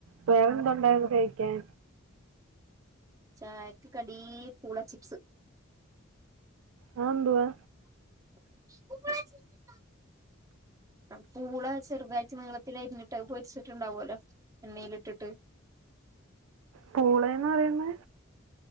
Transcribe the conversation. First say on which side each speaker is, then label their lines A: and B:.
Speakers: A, on the right; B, on the right.
A: വേറെന്തുണ്ടായിരുന്നു കഴിക്കാൻ
B: ചായക്ക് കടി പൂള ചിപ്സ്
A: അതെന്തുവാ
B: <unintelligible> പൂള ചെറുതാഴ്ട്ട് നീളത്തിലരുഞ്ഞിട്ട് അത് പൊരിച്ചിട്ടുണ്ടാവുലോ എണ്ണയിലട്ടിട്ട്
A: പൂളന്ന് പറയുന്നെ